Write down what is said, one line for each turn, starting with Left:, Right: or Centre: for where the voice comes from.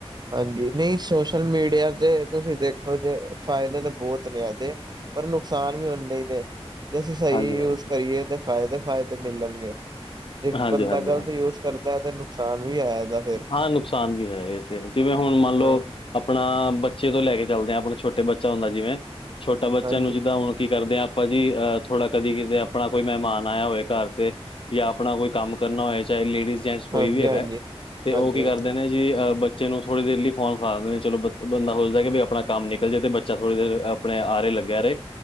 Right: ਹਾਂਜੀ ਨਹੀਂ ਸੋਸ਼ਲ ਮੀਡੀਆ ਦੇ ਤੁਸੀਂ ਦੇਖੋ ਜੇ ਫਾਇਦੇ ਤਾਂ ਬਹੁਤ ਨੇ ਇਹਦੇ। ਪਰ ਨੁਕਸਾਨ ਵੀ ਉਹਨੇ ਹੀ ਨੇ ਜੇ ਅਸੀਂ ਸਹੀ
Left: ਹਾਂਜੀ-ਹਾਂਜੀ,
Right: ਯੂਜ ਕਰੀਏ ਤੇ। ਫਾਇਦੇ -ਫਾਇਦੇ ਮਿਲਣਗੇ ਜੇ
Left: ਹਾਂਜੀ-ਹਾਂਜੀ,
Right: ਬੰਦਾ ਗ਼ਲਤ
Left: ਹਾਂ।
Right: ਯੂਜ ਕਰਦਾ ਤੇ ਨੁਕਸਾਨ ਵੀ ਹੈ ਇਹਦਾ ਫੇਰ।
Left: ਹਾਂ ਨੁਕਸਾਨ ਵੀ ਹੈ। ਇਹ ਤੇ ਹੈ ਜਿਵੇਂ ਹੁਣ ਮੰਨ ਲਓ
Right: ਹਾਂ
Left: ਆਪਣਾ ਬੱਚੇ ਤੋਂ ਲੈ ਕੇ ਚਲਦੇ ਹਾਂ ਆਪਣਾ ਛੋਟੇ ਬੱਚਾ ਹੁੰਦਾ ਜਿਵੇਂ ਛੋਟਾ ਬੱਚਿਆਂ
Right: ਹਾਂਜੀ
Left: ਨੂੰ ਜਿੱਦਾਂ ਹੁਣ ਕੀ ਕਰਦੇ ਹਾਂ ਆਪਾ ਜੀ ਅਹ ਥੋੜਾ ਕਦੀ ਕਿਤੇ ਆਪਣਾ ਕੋਈ ਮਹਿਮਾਨ ਆਇਆ ਹੋਵੇ ਘਰ ਤੇ ਜਾਂ ਆਪਣਾ ਕੋਈ ਕੰਮ ਕਰਨਾ ਹੋਏ ਚਾਹੇ ਲੇਡੀਜ਼, ਜੈਟਸ਼ ਕੋਈ
Right: ਹਾਂਜੀ
Left: ਵੀ ਹੈਗਾ
Right: ਹਾਂਜੀ
Left: ਤੇ
Right: ਹਾਂਜੀ
Left: ਉਹ ਕੀ
Right: ਹਾਂਜੀ
Left: ਕਰਦੇ ਨੇ ਜੀ ਬੱਚੇ ਨੂੰ ਥੋੜ੍ਹੀ ਦੇਰ ਲਈ ਫੋਨ ਫੜਾ ਦੇਦੇ ਨੇ। ਚਲੋ ਬੰਦਾ ਸੋਚਦਾ ਕਿ ਵੀ ਆਪਣਾ ਕੰਮ ਨਿਕਲ ਜਾਵੇ ਅਤੇ ਬੱਚਾ ਥੋੜ੍ਹੀ ਦੇਰ ਆਪਣੇ ਆਰੇ ਲੱਗਿਆ ਰਹੇ